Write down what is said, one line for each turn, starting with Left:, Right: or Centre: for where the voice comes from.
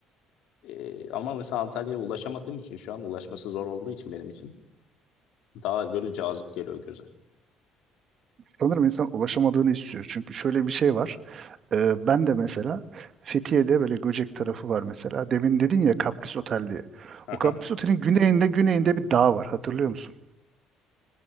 Left: Ee, ama mesela Antalya'ya ulaşamadığım için şu an ulaşması zor olduğu için benim için daha böyle cazip geliyor göze.
Right: Sanırım insan ulaşamadığını istiyor. Çünkü şöyle bir şey var. Ee, ben de mesela Fethiye'de böyle Göcek tarafı var mesela. Demin dedin ya Kapris Otel diye.
Left: Aha.
Right: O Kapris Otel'in güneyinde güneyinde bir dağ var hatırlıyor musun?